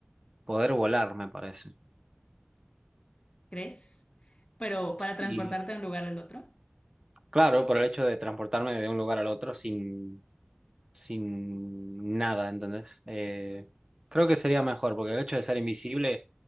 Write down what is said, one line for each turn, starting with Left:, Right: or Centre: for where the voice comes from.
Right: poder volar, me parece.
Left: ¿Crees? Pero para transportarte
Right: Y
Left: de un lugar al otro.
Right: claro, por el hecho de transportarme de un lugar al otro sin. sin nada, ¿entendés? Eh, creo que sería mejor, porque el hecho de ser invisible,